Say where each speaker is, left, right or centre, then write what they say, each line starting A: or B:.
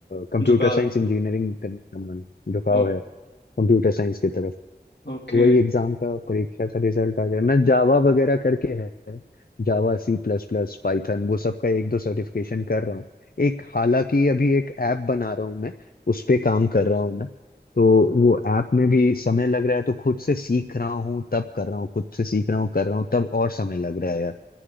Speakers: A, on the left (about 60°); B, on the left (about 80°).
A: कंप्यूटर
B: झुकाव
A: साइंस
B: है
A: इंजीनियरिंग करने का मन झुकाव
B: ओ,
A: है कंप्यूटर साइंस की तरफ
B: ओके
A: वही एग्जाम का परीक्षा का रिजल्ट आ गया मैं जावा वगैरह करके है Java C plus plus Python वो सब का एक दो सर्टिफिकेशन कर रहा हूँ एक हालांकि अभी एक ऐप बना रहा हूँ मैं उस पे काम कर रहा हूँ मैं तो वो ऐप में भी समय लग रहा है तो खुद से सीख रहा हूँ तब कर रहा हूँ खुद से सीख रहा हूँ कर रहा हूँ तब और समय लग रहा है यार